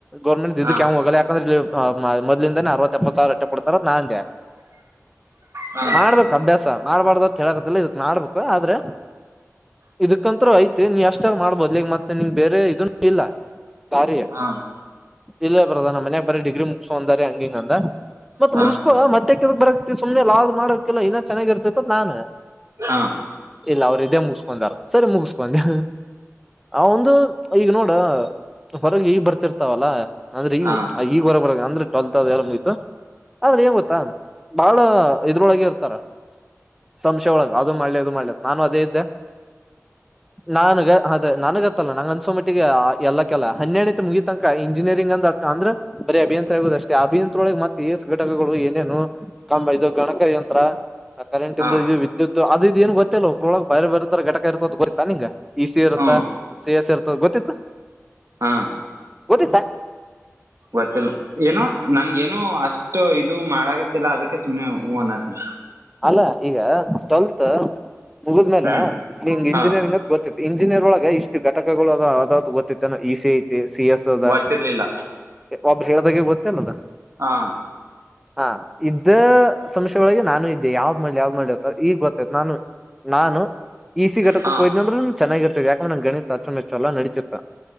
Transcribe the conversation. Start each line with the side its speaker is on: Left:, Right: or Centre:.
Centre: ಗರ್ಮೆಂಟ್
Right: ಹಾ
Centre: ಕೆ್ ಹೋಗಲ್ಲ ಯಾಕಂದ್ರೆ ಮೊದ್ಲಿಂದಾನ ಅರವತ್ತತ್ಪ್ಪತ್ತು ಸಾವಿರ ರೊಟ್ಟ ಕೊಡ್ತಾರ ನಾನ್
Right: ಹಾ ಹಾ
Centre: ಮಾಡ್ಬೇಕು ಅಭ್ಯಾಸ ಮಾಡ್ಬಾರ್ದ ಅಂತ ಹೇಳಕದಲ್ಲ ಇದತ್ ಮಾಡ್ಬೇಕು ಆದ್ರೆ ಇದಕಂತರು ಐತಿ ನೀ ಅಷ್ಟಾರ ಮಾಡ್ಬೋದ್ಲಿ ಈಗ್ ಮತ್ತೆ ನಿನ್ಂಗ ಬೇರೆ ಇದನ್ನ ಇಲ್ಲ ಸಾರಿ
Right: ಹಾ
Centre: ಇಲ್ಲ ಬದಾನ ಮನ್ಯಾಗ ಬರೀ ಡಿಗ್ರಿ ಮುಗಸಂದಾರಿ ಹಂಗಿಂಗ ಅಂದ ಮತ್ತತ್
Right: ಹಾ
Centre: ಮುಗಸ್ಕುವ ಮತ್ತೆ ಕೆದ ಬರಕ್ತಿ ಸುಮನೆ ಲಾ ಆದ್ ಮಾಡಕೆಲ್ಲಾ ಇನ ಚೆನ್ನಾಗಿರ್ತತೆ ನಾನು
Right: ಹಾ
Centre: ಇಲ್ಲ ಅವರು ಇದೇ ಮುಗಿಸಕೊಂಡಾರ ಸರಿ ಮುಗಸ್ಕೊಂಡೆ ಆ ಒಂದು ಈಗ ನೋ ಹೊರಗೆ ಈ ಬರ್ತಿರ್ತಾವಲ್ಲ ಅ್ರೆ ಈ
Right: ಹಾ
Centre: ಈ ಹೊರ ಟ್ಲ್ತ್ ಮುಗತ ಆದ್ರೆ ಂಗ ಗೊತ್ತಾ ಬಹಳ ಇದ್ರೊಳಗ ಇರ್ತಾರ ಸಂಶಯ ಒಳಗೆ ಅದು ಮಾಡ್ಲಿ ಅದು ಮಾಡ್ಲಿ ನಾನು ಅದೇ ಇದ್ದೆ ನಾನುಗ ಅದೆ ನಾನು ಗತ್ತಲ್ಲ ನಂಗ ಅನ್ಸೊ ಮಿಟ್ಟಿಗೆ ಎಲ್ಲ ಕೆಲ್ಲ ಹನ್ನೆಣತಿ ಮುಗಿ ತನಕ ಇಂಜಿನಿಯರಿಂಗ್ ಅಂತ ಅಂದ್ರೆ ಬರೀ ಅಭಿಯಂರ ಆಗುದ ಅಷ್ಟೇ ಅಭಿಯಂರೊಳಗೆ ಮತ್ತೆ ಎಷ್ಟ ಘಟಕಗಳು ಏನೇನು ಕ ಗಣಕ ಕಂತ್ರ ಆ ಕರೆಂಟ ಇ
Right: ಹಾ
Centre: ಇದು ವಿದ್ಯುತ್ ಅದು ಇದ ಏನ್ ಗೊತ್ತಿಲ್ಲಲ್ಲ್ರೊಳಗ್ ಬರ್ತರ ಟಕ ಇರ್ತ ಅಂತ ಗೊತ್ತಾ ನಿಂಗ ಈಝಿ ಇರುತ್ತ
Right: ಹಾ
Centre: ಸೇಯಸ್ ಇರ್ತ್ತ ಗೊತ್ತಿತ್ತ
Right: ಹಾ
Centre: ಗೋತ್ತಿತ್ತ
Right: ಗೊತ್ತಿಲ್ಲ ಏನೋ ನನ್ ಏನೋ ಅಷ್ಟು ಇದು ಮಾಡಾಗತ್ತಿಲ್ಲ ಅದಕ್ಕೆ ಸುಮಮ್ಮನೆ ಹೂನ್ತ
Centre: ಅಲ್ಲ ಈಗ ಟ್ವೆಲ್ತ್ ಮುಗಿದ್ಮೇಲೆ
Right: ಹ್ಮ್
Centre: ನಿಂಗ
Right: ಹಾ
Centre: ಇಂಜಿನಿಯರಿಂಗ್ತ್ ಗೊತ್ತತ್ತು ಇಂಜಿನಿಯರ್ ಒಳಗ ಇಷ್ಟು ಘಟಕಗಳು ಅ್ದ ಗೊತ್ತತೆ ನ ಇ ಸಿ ಐತಿ ಸಿ ಎಸ್ ಅದ
Right: ಗೊತ್ತಿರ್ಲಿಲ್ಲ
Centre: ಅಬ ಶಗ ಕೊತಲ್ಲ
Right: ಹಾ
Centre: ಹಾ ಇದ್ದ ಸಮಸ್ಯೆೊಳಗೆ ನಾನು ಇದ್ದೆ ಯಾವ್ದ್ ಮಾಡಲಿ ಯಾವ್ದ್ ಮಾಡ್ಲಿ ಈಗ್ ಗೊತ್ತೈ ನಾನು ನಾನು ಈಸ ಘಟಕ
Right: ಹಾ
Centre: ಹೋದ್ ಅಂದ್ರೆ ನ ಚೆನ್ನಾಗಿರ್ತತಿ ಯಾಕಂದ ನ ಗಣಿ ಅುೆಚ್ಚ ಎಲ್ಲ ನಡತಿತೆ